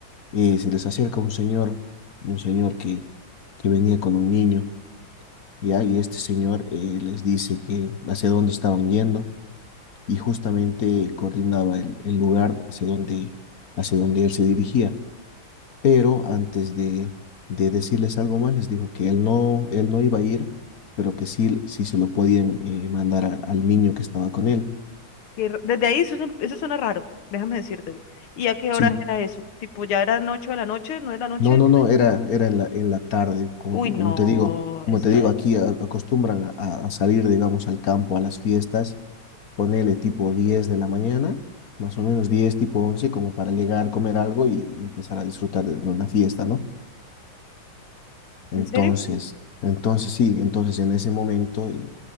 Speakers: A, on the left; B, on the left.
A: eh, se les acerca un señor, un señor que, que venía con un niño, ¿ya? Y este señor eh, les dice que hacia dónde estaban yendo y justamente coordinaba el, el lugar hacia donde, hacia donde él se dirigía. pero antes de, de decirles algo más, les dijo que él no, él no iba a ir, pero que sí, sí se lo podían eh, mandar a- al niño que estaba con él.
B: Qué ra- Desde ahí eso, suena- eso suena raro, déjame decírtelo. ¿Y a qué horas
A: Sí,
B: era eso? Tipo, ya eran ocho de la noche, nueve de la noche,
A: no, no, no, era, era en la, en la tarde, como,
B: Uy, no,
A: como te digo, como
B: esa-
A: te digo, aquí a- acostumbran a, a salir, digamos, al campo, a las fiestas, ponele tipo 10 de la mañana, más o menos 10 tipo 11 como para llegar, comer algo y empezar a disfrutar de una fiesta, ¿no? Entonces,
B: ¿En serio?
A: entonces sí, entonces en ese momento eh,